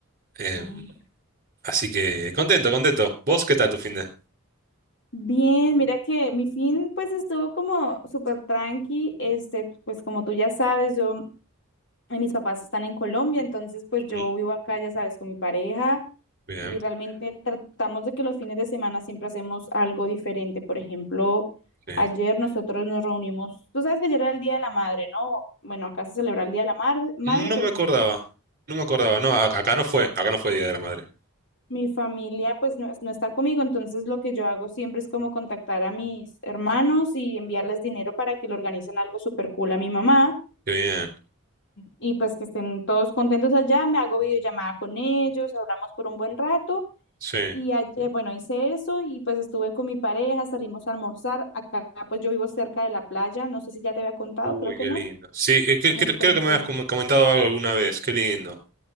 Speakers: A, on the right (about 40°); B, on the left (about 55°).
A: Em,
B: claro.
A: así que, contento, contento. ¿Vos qué tal tu fin de?
B: Bien, mira que mi fin pues estuvo como súper tranqui, este, pues como tú ya sabes, yo Y mis papás están en Colombia, entonces pues
A: Ujú.
B: yo vivo acá, ya sabes, con mi pareja
A: Bien.
B: y realmente tratamos de que los fines de semana siempre hacemos algo diferente. Por ejemplo,
A: Sí.
B: ayer nosotros nos reunimos, tú sabes que ayer era el Día de la Madre, ¿no? Bueno, acá se celebra el Día de la Mar- Madre,
A: No
B: pero
A: me acordaba,
B: pues
A: no me acordaba. No, a- acá no fue, acá no fue Día de la Madre.
B: mi familia pues no, no está conmigo, entonces lo que yo hago siempre es como contactar a mis hermanos y enviarles dinero para que le organicen algo súper cool a mi mamá.
A: Qué bien,
B: y pues que estén todos contentos allá, me hago videollamada con ellos, hablamos por un buen rato
A: sí.
B: y ayer, bueno, hice eso y pues estuve con mi pareja, salimos a almorzar, acá pues yo vivo cerca de la playa, no sé si ya te había contado,
A: Uy,
B: creo que
A: qué
B: no.
A: lindo. Sí, eh, cre-
B: Entonces,
A: cre- creo que me habías com- comentado algo alguna vez. Qué lindo,